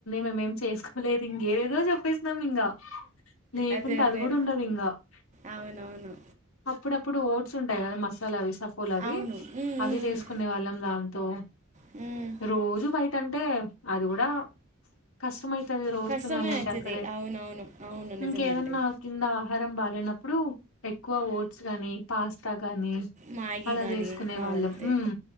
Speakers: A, on the left; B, on the right.
A: మేమేం చేసుకోలేదు ఇంకేదో చెప్పేసినాం ఇంకా లేకుంటే
B: అదే అదే
A: అది కూడా ఉండదు ఇంగా <inaudible>
B: అవునవును
A: అప్పుడప్పుడు ఓట్స్ ఉంటాయి కదా మసాలా విస్ సఫోల్ అవి
B: అవును. హ్మ్. హ్మ్.
A: అవి చేసుకునే వాళ్ళం దాంతో
B: హ్మ్. హ్మ్.
A: రోజు బయట్ టంటే అది కూడా కష్టమై తది రోజు
B: కష్టమే
A: తినాలంటే
B: అయితది.
A: అక్కడే
B: అవునవును. అవును నిజమండి.
A: ఇంకేదన్నా కింద ఆహారం బాలేనప్పుడు ఎక్కువ ఓట్స్ గానీ పాస్తా గాని
B: మాగి
A: అలా చేసుకునే
B: ఆ
A: వాళ్ళం
B: అంతే
A: ఉమ్